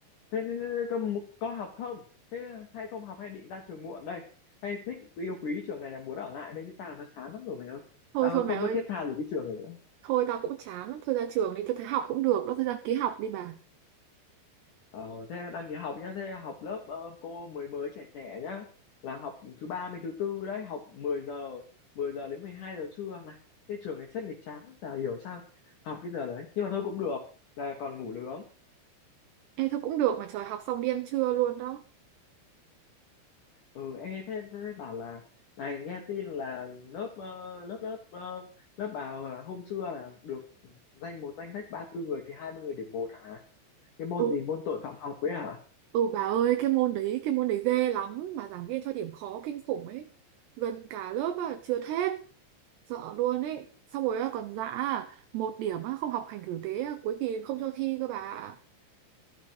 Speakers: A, on the left; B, on the right.
A: thế, thế, thế thế có, có học không thế hay không học hay định ra trường muộn đây hay thích yêu quý trường này là muốn ở lại đây chứ tao nó chán lắm rồi mày ơi
B: Thôi
A: tao
B: thôi
A: không
B: mày ơi
A: có thiết tha gì cái trường này nữa
B: Thôi tao cũng chán lắm Thôi ra trường đi Tao thấy học cũng được Đó thôi ra ký học đi bà
A: Ờ, thế đang nghỉ học nhá, thế học lớp ờ, cô mới mới trẻ trẻ nhá, là học thứ ba mới thứ tư đấy, học 10 giờ, 10 giờ đến 12 giờ trưa là cái trường này rất nghịch chán, chả hiểu sao học cái giờ đấy, nhưng mà thôi cũng được, là còn ngủ nướng.
B: Ê thôi cũng được mà trời học xong đi ăn trưa luôn đó.
A: Ừ, ê, thế, thế bảo là này nghe tin là lớp ờ, lớp lớp ờ, lớp bảo là hôm xưa là được ừ, danh một danh sách 34 người thì 20 người điểm một hả? Cái môn
B: Ừ,
A: gì môn tội phạm học ấy hả?
B: Ừ bà ơi cái môn đấy cái môn đấy ghê lắm mà giảng viên cho điểm khó kinh khủng ấy. Gần cả lớp à, trượt hết. Sợ luôn ấy. Xong rồi á, còn dã à, một điểm á, không học hành tử tế á, cuối kỳ không cho thi cơ bà. ạ.